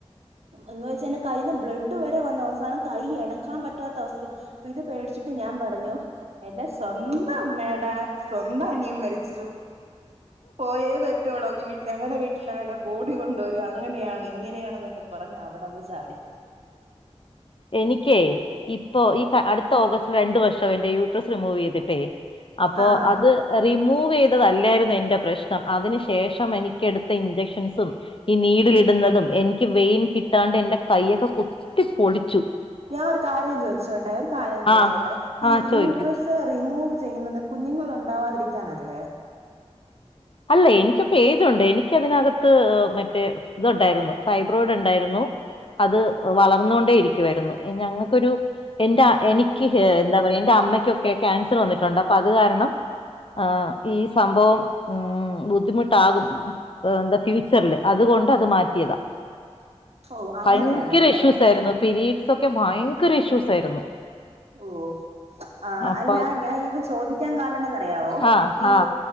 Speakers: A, on the right; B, on the left.
A: എന്ന് വെച്ചി കയിൽ നിന്ന് ബ്ലഡ് വരെ വന്ന അവസ്ഥാണ് കൈ ഇണക്കാൻ പറ്റാത്ത അവസ്ഥ അപ്പൊ ഇത് പേടിച്ചിട്ട് ഞാൻ പറഞ്ഞു എന്റെ സ്വന്തം അമ്മയുടെ സ്വന്തം അനിയൻ മരിച്ചു പോയേ റ്റ ഞങ്ങളുടെ വീട്ടിലാണ് ബോഡി കൊണ്ടുവ വരും അങ്ങനെയാണ് ഇങ്ങനെയാണെന്നൊക്കെ പറ കുറഞ അവിടെ ഒന്ന് ചാടി
B: എനിക്കേ ഇപ്പൊ ഈ അടുത്തഓഗസ്റ്റില് രണ്ടു വർഷം എന്റെ യൂട്രസ് റിമൂവ് ചെയ്തിട്ടേ അപ്പോ
A: ആഹ്
B: അത് റിമൂവ് ചെയ്തതല്ലായിരുന്നു എന്റെ പ്രശ്നം അതിന് ശേഷം എനിക്ക എടുത്ത് ഇഞ്ചെക്ഷൻസും ഈ നീടിലിടുന്നതും എനിക്ക് വെയിൻ കിട്ടാണ്ട് എന്റെ കയൊക്കെ കുത്തി പൊളി
A: ഞാൻ ഒരു കാര്യം ചോദിച്ചോട്ടെ ഒരു കാര്യം ചോദിച്ചോട്ടെ
B: ആ
A: ഈ
B: ആ ചോദിക്കൂ
A: യൂട്രിസ് റിമൂവ് ചെയ്യുന്നത് കുഞ്ഞുങ്ങൾ ഉണ്ടാവാതിരിക്കാനല്ലേ
B: അല്ല എനിക്കൊക്കെ ഏജുണ്ട് എനിക്കതിനകത്ത് മറ്റേ ഇത്ണ്ടായിരുന്നു ഫൈബ്രോഡ് ഉണ്ടായിരുന്നു അത് വളർന്നൊണ്ടേ ഇരിക്കുവായിരുന്നു ഞങ്ങൾക്കൊരു എന്റെ എനിക്ക് എന്താ പറയ എന്റെ അമ്മയ്ക്കൊക്കെ ക്യാൻസർ വന്നിട്ടുണ്ട് അപ്പൊ അത് കാരണം ആ ഈ സംഭവം ഉം ബുദ്ധിമുട്ടാകും എന്താ ഫ്യൂച്ചറില് അതുകൊണ്ട് അത് മാറ്റിയതാ
A: ഓ അങ്ങനെയാണല്ലേ
B: ഭയങ്കര ഇഷ്യൂസായിരുന്നു പിരീഡ്സ് ഒക്കെ ഭയങ്കര ഇഷ്യൂസ് ആയിരുന്നു
A: ഓ ആ
B: അപ്പൊ
A: അല്ല ഞാൻ ഇത് ചോദിക്കാൻ കാരണം എന്നറിയാവോ
B: ആ
A: ഈ
B: ആ